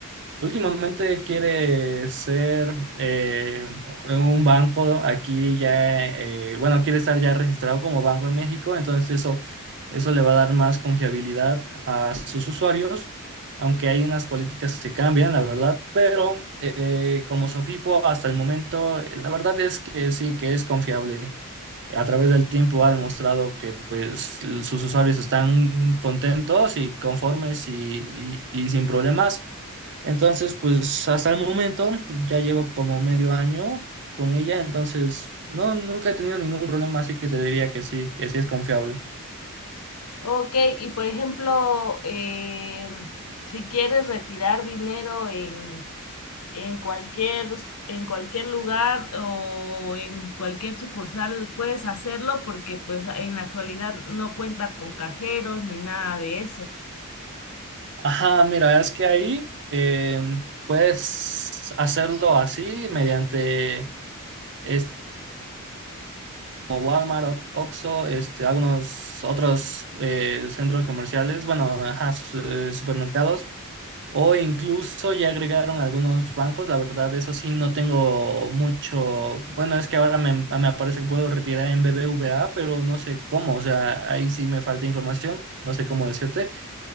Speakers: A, on the right; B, on the left.
A: Últimamente quiere ser eh, un banco aquí ya, eh, bueno, quiere estar ya registrado como banco en México, entonces eso, eso le va a dar más confiabilidad a sus usuarios, aunque hay unas políticas que cambian, la verdad, pero eh, como Sofipo hasta el momento, la verdad es que sí, que es confiable. A través del tiempo ha demostrado que pues sus usuarios están contentos y conformes y y- y sin problemas. Entonces, pues hasta el momento ya llevo como medio año con ella, entonces no, nunca he tenido ningún problema, así que te diría que sí, que sí es confiable.
B: Ok, y por ejemplo, em, si quieres retirar dinero en En cualquier, en cualquier lugar o en cualquier sucursal puedes hacerlo porque pues en la actualidad no cuenta con cajeros ni nada de eso.
A: Ajá, mira, es que ahí em, puedes hacerlo así mediante esta como Walmart, o- Oxxo, este, algunos otros eh, centros comerciales, bueno, ajá, su- eh, supermercados. O incluso ya agregaron algunos bancos, la verdad, eso sí, no tengo mucho. Bueno, es que ahora me, me aparece que puedo retirar en BBVA, pero no sé cómo, o sea, ahí sí me falta información, no sé cómo decirte,